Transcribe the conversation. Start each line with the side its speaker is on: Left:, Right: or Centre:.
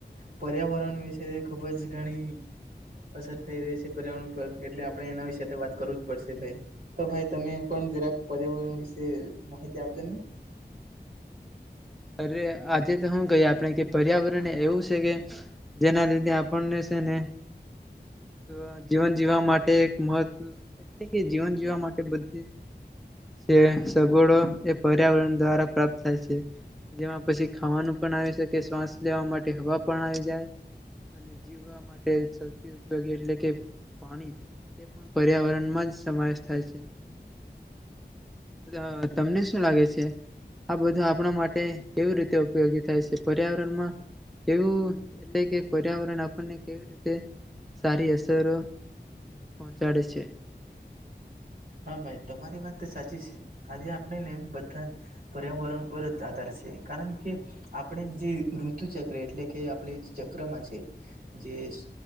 Right: પર્યાવરણ વિશે ખુબ જ ઘણી અસર થઈ રહી છે પર્યાવરણ પર, એટલે આપણે એના વિશે વાત કરવું જ પડશે ભાઈ. તો ભાઈ તમે પણ જરાક પર્યાવરણ વિશે માહિતી આપજો ને.
Centre: અરે આજે તો હું કહી કે આપણે કે પર્યાવરણ એવું છે કે જેના લીધે આપણને છે ને અહ જીવન જીવવા માટે એક મહત્વ એટલે કે જીવન જીવવા માટે બધી જ સે સગુડો એ પર્યાવરણ દ્વારા પ્રાપ્ત થાય છે. જેમાં પછી ખાવાનું પણ આવી શકે, શ્વાસ લેવા માટે હવા પણ આવી જાય. અને જીવવા માટે સૌથી ઉપયોગી એટલે કે પાણી એ પણ પર્યાવરણ માં જ સમાય થાય છે. ત તમને શું લાગે છે? છે, આ બધા આપણા માટ ટ કેવી રીતે ઉપયોગી થાય છે? પર્યાવરણમાં કેવું એટલે કે પર્યાવરણ આપણને કેવી રીતે સારી અસરો પહોંચાડે છે?
Right: હા ભાઈ તમારી વાત તો સાચી છે. આજે આપણે ને બધા જ પર્યાવરણ પર જ આધાર છે, કારણ કે આપણે જે ઋતુ ચક્ર એટલે કે આપણે ચક્રમાં છે, જે સ